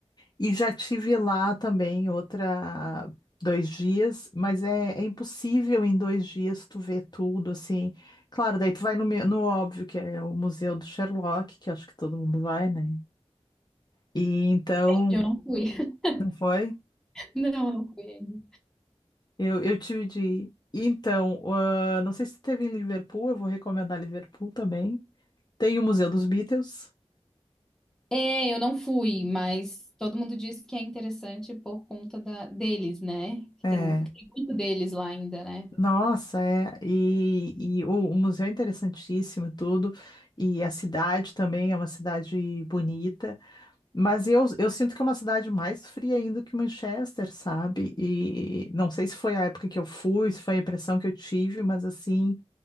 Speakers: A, on the left; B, in the centre.
A: E já tive lá também outra dois dias, mas é, é impossível em dois dias tu ver tudo, assim. Claro, daí tu vai no, me- no óbvio, que é o Museu do Sherlock, que acho que todo mundo vai, né? E então,
B: Eu não fui. <laughs>
A: não foi?
B: Não, não fui ainda.
A: Eu, eu tive de ir. Então, ah, não sei se teve em Liverpool, eu vou recomendar Liverpool também. Tem o Museu dos Beatles.
B: É, eu não fui, mas todo mundo diz que é interessante por conta da, deles, né? Que
A: É,
B: tem, que tem muito deles lá ainda, né?
A: nossa, é, e, e o, o museu é interessantíssimo e tudo, e a cidade também é uma cidade bonita, mas eu, eu sinto que é uma cidade mais fria ainda que Manchester, sabe? E não sei se foi a época que eu fui, se foi a impressão que eu tive, mas assim,